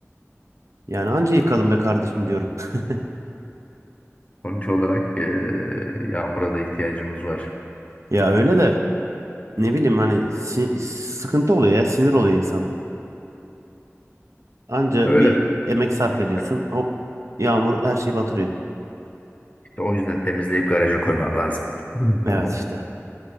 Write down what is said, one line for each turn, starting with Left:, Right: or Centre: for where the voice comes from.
Right: Yani anca yıkadım be kardeşim diyorum. <laughs>
Left: sonuç olarak e, yağmura da ihtiyacımız var.
Right: Ya öyle de ne bileyim hani si- sıkıntı oluyor ya sinir oluyor insan. Anca
Left: Öyle
Right: bir emek
Left: de.
Right: sarf ediyorsun. Hop yağmur her şeyi batırıyor.
Left: İşte o yüzden temizleyip garaja koymak lazım. <laughs>
Right: Evet işte.